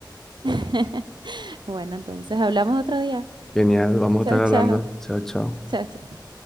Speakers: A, on the right (about 70°); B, in the centre.
A: <laughs> Bueno, entonces hablamos otro día.
B: Genial, vamos a
A: Chao,
B: estar
A: chao.
B: hablando. Chao, chao.
A: Chao, chao.